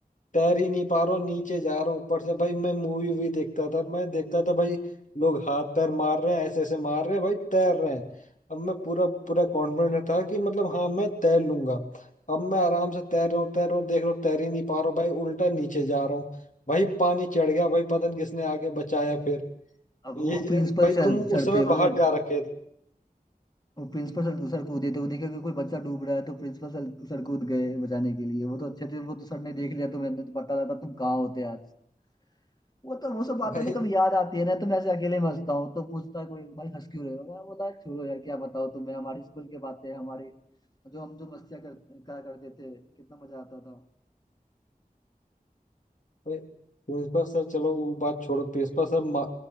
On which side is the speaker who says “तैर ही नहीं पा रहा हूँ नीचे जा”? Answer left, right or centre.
Left